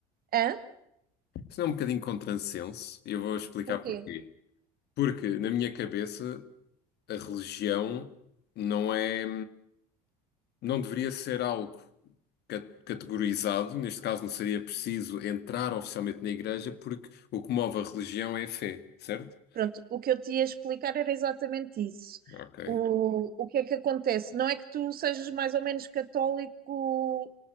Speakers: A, on the right; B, on the left.
A: hã?
B: Isso não é um bocadinho contrassenso, e eu vou explicar
A: Porquê?
B: porquê. Porque, na minha cabeça, a religião não é, não deveria ser algo ca- categorizado, neste caso não seria preciso entrar oficialmente na igreja, porque o que move a religião é a fé, certo?
A: Pronto, o que eu te ia explicar era exatamente isso.
B: Ok,
A: O, o que é que acontece? Não é que tu sejas mais ou menos católico